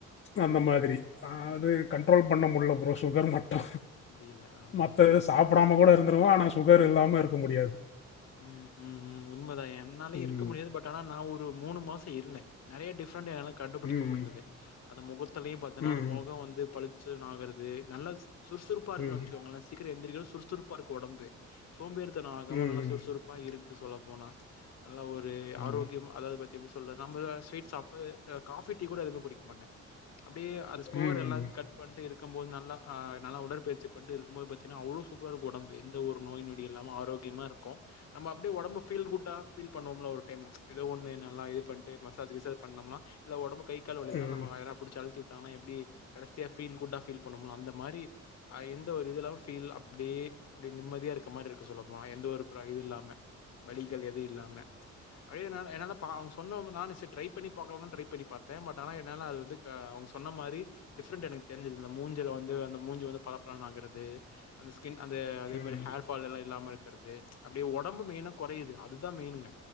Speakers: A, on the left (about 40°); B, on the left (about 60°).
A: அந்த மாதிரி அது கண்ட்ரோல் பண்ண முடில ப்ரோ சுகர் மட் டு
B: முடியல. ஆமா,
A: மத்தது
B: ஆமா, ஆமா.
A: சாப்படாம கூட இருந் துருவோ ஆனா சுகர் இல்லாம இருக்க முடியாது
B: ம் ம் ம் உண்மதா என்னாலயு
A: ம்
B: இருக்க முடியாது பட் ஆனா நா ஒரு மூணு மாச இருந்தே நெறைய டிஃப்ரண்ட் எனக் கண்டுபிடிக்க
A: ம்
B: முடிஞ்சுது அந்த முகத்திலயு பாத்தன்னா
A: ம்
B: அந்த முக வந்து பளிச் சுன் ஆகறது நல்ல சுறுசுறுப்பா இருக்குனு
A: ம்
B: வெச்சுக்கோங்களே சீக்கிர எந்திரிக்கிறது சுறுசுறுப்பா இருக்கு ஒடம்பு சோம்பேறித்தன ஆகாம
A: ம்
B: நல்ல சுறுசுறுப்பா இருக் கு சொல்ல போனா நல்ல ஒரு
A: ம்
B: ஆரோக்கியம
A: ம்
B: அதாது பாத் எப்டி சொல்றது நம்ம ஏதாது ஸ்வீட் சாப்ட்டு காஃபி டீ கூட எதுமே குடிக்க மாட்ட அப்டியே அது ஸ்கோர்
A: ம் ம்
B: எல்லா கட் பண்ட்டு இருக் கம்போது நல்லா ஆ நல்லா உடற்பயிற்சி பண்ட்டு இருக்கும்போது பாத்திங்னா அவ்ளோ சூப்பரா இருக்கு ஒடம்பு எந்த ஒரு நோய் நொடி இல்லாம ஆரோக்கியமா இருக்கு நம்ம அப்டியே ஒடம்ப ஃபீல் குட்டா ஃபீல் பண்ணுவோமல்ல ஒரு டைம் இது ஒண்ணு நல்லா இது பண்ட்டு மசாஜ் கிசாஜ் பண்ணம்னா இல்ல ஒடம்பு கை கால்கள எல்லா
A: ம்
B: நம்ம யாரா புடிச்சு அழுத்தி உட்டாங்னா எப்டி கடைசியா ஃபீல் குட்டா ஃபீல் பண்ணுவமல்ல அந்த மாரி ஆஹ் எந்த ஒரு இது இல்லாம ஃபீல் அப்டியே நிம்மதியா இருக்க மாரி இருக்கு சொல்லப்போனா அப்றோ இது இல்லாம வலிகள் எது இல்லாம ப்ச் அப்டியே என்ன என்ன பா த்து பண்ணோம்னு நானு சரி ட்ரை பண்ணி பாக்கலாம்தான் ட்ரை பண்ணி பாத்த பட் ஆனா என்னால அது வந்து அவுங்க சொன்ன மாரி டிஃபரண்ட் எனக்கு தெரிஞ்சது இந்த மூஞ்சில வந்து அந்த மூஞ்சி வந்து பளபளன்னு ஆகுறது அந்த ஸ்கின் அந்த அதே
A: ம்
B: மாரி ஹேர் ஃபால் எல்லா இல்லாம இருக்கிறது ப்ச் அப்டியே ஒடம்பு மெயினா குறையுது அதுதா மெயினுங்க